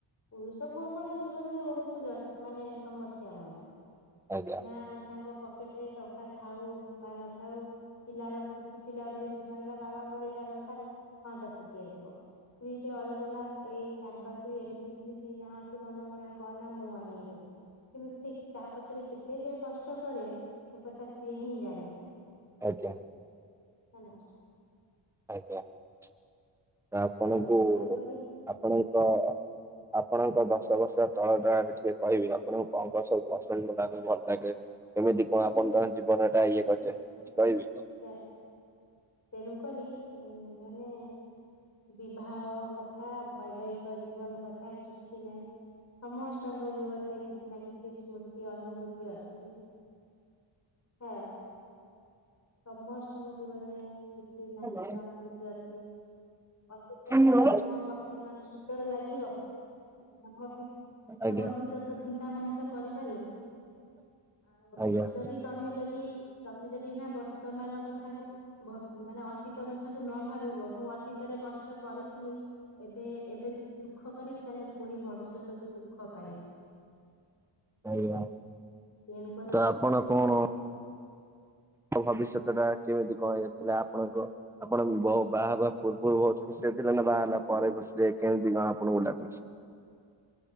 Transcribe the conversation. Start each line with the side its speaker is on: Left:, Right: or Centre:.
Left: ପୁରୁଷ ପୁଅଙ୍କର ଜୀବନ ବି ବହୁତ ଜ ମାନେ ସମସ୍ୟାମୟ।
Centre: ଆଜ୍ଞା
Left: ନା ତାଙ୍କ ପକେଟରେ ଟଙ୍କା ଥାଉ ବା ନଥାଉ, ପିଲାର ଖୁସି ପିଲା ଗୋଟେ ଜିନିଷ ମାଗିଲା ବାବା ମୋର ଏଇଟା ଦରକାର, ହଁ ତତେ ଦିଆଯିବ। ସ୍ତ୍ରୀ ଟେ ଅଳିଗଲା ଏଇ ତାଙ୍କ ସ୍ତ୍ରୀ ଏମିତି ପିନ୍ଧୁଛି ନାହା ତୁ ମନ ଉୁଣା କଣ ନା ମୁଁ ଆଣିକିଦେବି। କିନ୍ତୁ ସିଏ ତାହା ପଛରେ କେତେ ଯେ କଷ୍ଟ କରେ ସେ କଥା ସିଏ ହିଁ ଜାଣେ।
Centre: ଆଜ୍ଞା।
Left: ହେଲା।
Centre: ଆଜ୍ଞା ତ, ଆପଣଙ୍କୁ
Left: ଆଉ ତେଣୁକରି
Centre: ଆପଣଙ୍କ, ଆପଣଙ୍କ ଦଶ ବର୍ଷ ତଳ ଟା ଟିକେ କହିବି ଆପଣଙ୍କୁ କଣ କଣ ସବୁ ପସନ୍ଦ ଲାଗେ, ଭଲ ଲାଗେ। କେମିତି କଣ ଆପଣ ତାଙ୍କ ଜୀବନ ଏଟା ଇଏ କରିଛନ୍ତି କିଛି କହିବେକି?
Left: ତେ ତେଣୁକରି ଉ ମାନେ, ବିବାହ କଥା ବୈବାହିକ ଜୀବନ କଥା କିଛି ନାହିଁ ସମସ୍ତଙ୍କ, ଆ ଜୀବନରେ କିଛି ନା କିଛି ସ୍ମୃତି ଅନୁଭୂତି ଅଛି, ହଁ। ସମସ୍ତଙ୍କ ଜୀବନରେ କିଛି ନା
Centre: ଆଜ୍ଞା
Left: କିଛି ଅନୁଭୂତି ଅଛି। ଅତୀତ
Centre: ଆଜ୍ଞା
Left: ନ ରହିଲେ କଣ ବର୍ତ୍ତମାନ ସୁନ୍ଦର ଲାଗିବ? ଭବିଷ୍ୟ
Centre: ଆଜ୍ଞା।
Left: ଭବିଷ୍ୟତ ଚିନ୍ତା ମଣିଷ କରିପାରିବ। ଆଉ
Centre: ଆଜ୍ଞା
Left: ଯଦି ତମେ ଯଦି ତମେ ଯଦି ହେଟା ବ- ତ ମାନ କଥାକୁ ମାନେ ଅତୀତ କଥାକୁ ନ- ଭାବିବ ମୁଁ ଅତୀତରେ କଷ୍ଟ କରିଥିଲି, ଏବେ ଏବେ ଯଦି ସୁଖ କରିବି ତାହେଲେ, ପୁଣି ଭବିଷ୍ୟତକୁୁ ଦୁଃଖ ପାଇବି।
Centre: ଆଜ୍ଞା
Left: ତେଣୁକରି
Centre: ତ ଆପଣ କଣ? ମୋ ଭବିଷ୍ୟତଟା କେମିତି କଣ? ଯାଇଥିଲା ଆପଣଙ୍କ ଆପଣ ବ ବାହା ବା ପୂର୍ବରୁ ବହୁତ ଖୁସିରେଥିଲେ ନା ବାହା ହେଲା ପରେ ଖୁସିରେ କେମିତି କଣ ଆପଣଙ୍କୁ ଲାଗୁଛି।